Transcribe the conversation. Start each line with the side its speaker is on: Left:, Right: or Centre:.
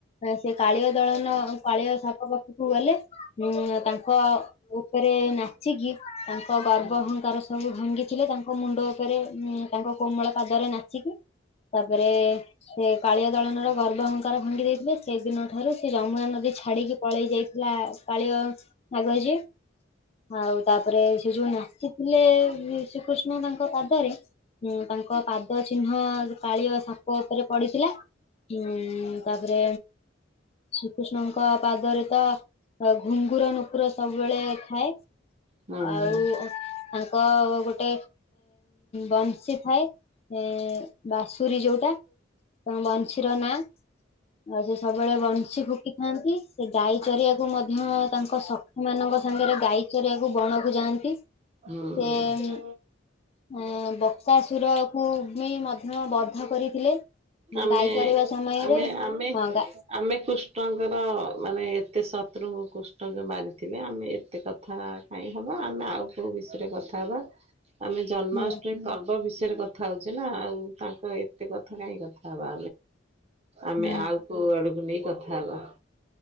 Left: ସେ କାଳିଅ ଦଳନ କାଳିଆ ସାପ ପାଖକୁ ଗଲେ ଉଁ ତାଙ୍କ ଉପରେ ନାଚିକି ତାଙ୍କ ଗର୍ବ
Right: ହଁ
Left: ଅହଙ୍କାର ସବୁ ଭାଙ୍ଗିଥିଲେ ତାଙ୍କ ମୁଣ୍ଡ ଉପରେ ଉ ତାଙ୍କ କୋମଳ ପାଦରେ ନାଚିକି ତାପରେ ସେ କାଳିଆ ଦଳନର ଗର୍ବ ହଙ୍କାର ଭାଙ୍ଗି ଦେଇ ସେ ଦିନ ଠାରୁ ସେ ଯମୁନା ନଦୀ ଛାଡିକି ପଳେଇ ଯାଇଥିଲା କାଳିଅ ନା କହିଛି ଆଉ ତାପରେ ସେ ଯୋଉ ନାଚିଥିଲେ ଶ୍ରୀକୃଷ୍ଣ ତାଙ୍କ ପାଦରେ ଉଁ ତାଙ୍କ ପାଦ ଚିହ୍ନ କାଳିଆ ସାପ ଉପରେ ପଡିଥିଲା ହଁ ତାପରେ ଶ୍ରୀକୃଷ୍ଣଙ୍କ ପାଦରେ ତ ଘୁଙ୍ଗୁର ନୁପୁର ସବୁବେଳେ ଥାଏ
Right: ହଁ
Left: ଆଉ ଙ୍କ ଗୋଟେ ବଂଶୀ ଥାଏ ବାସୁରୀ ଯୋଉଟା ତମ ବଂଶୀର ନାଁ ଆଉ ସେ ସବୁବେଳେ ବଂଶୀ ଫୁକିଥାନ୍ତି ସେ ଗାଈ ଚରିବାକୁ ମଧ୍ୟ ତାଙ୍କ ସେମାନଙ୍କ ସାଙ୍ଗରେ ଗାଈ ଚରିଆକୁ ବଣକୁ ଯାଆନ୍ତି ସେ
Right: ହଁ।
Left: ଏ
Right: ହୁଁ।
Left: ବକ୍ାସୁର କ ବି ମଧ୍ୟ ବଧ କରିଥିଲେ
Right: ଆମେ
Left: ଗାଈ ଚରେଇବା ସମୟରେ
Right: ଆମେ ଆମେ
Left: ହଁ ଗା
Right: ଆମେ କୃଷ୍ଣଙ୍କର ମାନେ ଏତେ ଶତ୍ରୁ କୃଷ୍ଣ ଯେୋଉଁ ମାରିଥିଲେ ଆମେ ଏତେ କଥା କାଇଁ ହବା ଆମେ ଆଉ କୋଉ ବିଷୟରେ କଥା ହବା ଆମେ ଜନ୍ମାଷ୍ଟମୀ
Left: ହୁଁ
Right: ପର୍ବ ବିଷୟରେ କଥା ହଉଚେ ନା ଆଉ ତାଙ୍କ ଏତେ କଥା କାହିଁ କଥା ହବା ଆମେ
Left: ହୁଁ
Right: ଆଉ କଉ ଆଡକୁ ନେଇ କଥା ହବା